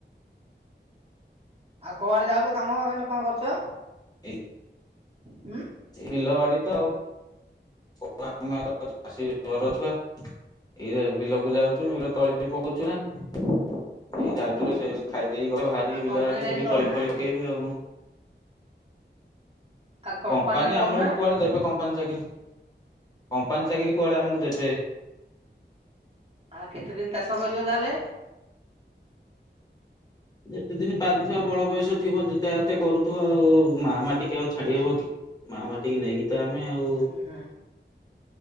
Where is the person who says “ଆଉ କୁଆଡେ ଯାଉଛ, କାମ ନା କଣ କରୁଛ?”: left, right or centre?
Right